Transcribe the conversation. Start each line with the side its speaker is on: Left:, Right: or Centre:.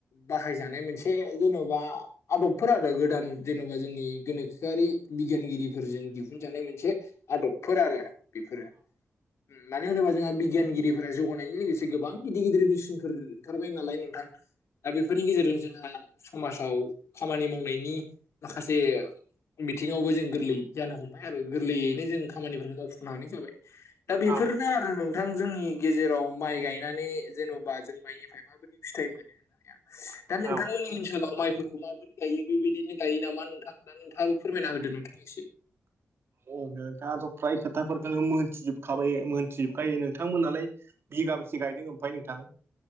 Left: बाहायजानाय मोनसे जेन'बा आदबफोर आरो गोदान जेन'बा जोंनि गोनोखोआरि बिगियानगिरिफोरजों दिहुनजानाय मोनसे आदबफोर आरो बेफोरो मानो होनोबा जोंहा बिगियानगिरिफोरा जौगानायजों लोगोसे गोबां गिदिर गिदिर मेसिनफोर ओंखारबाय नालाय नोंथां दा बेफोरनि गेजेरजों जोंहा समाजाव खामानि मावनायनि माखासे बिथिङावबो जों गोरलै जानो हमबाय आरो गोरलैयैनो जों खामानिफोरखौ मावफुंनो हानाय जाबाय दा बेफोरनो
Right: औ
Left: आरो नों थां जोंनि गेजेराव माइ गायनानै जेन'बा जों माइनिफ्राय माबायदि फिथाइ मोनो होननाया
Right: औ
Left: दा नोंथांमोननि
Right: औ
Left: ओनसोलाव माइफोरखौ माबोरै गायो बेबायदिनो गायो नामा नोंथां दा नोंथाङाबो फोरमायना होदो नोंथां एसे
Right: अ नोंथाङाथ' फ्राय खोथाफोरखौनो मोनथिजोबखाबाय मोनथिजोबखायो नोंथांमोनालाय बिघा बेसे गायदों ओमफ्राय नोंथां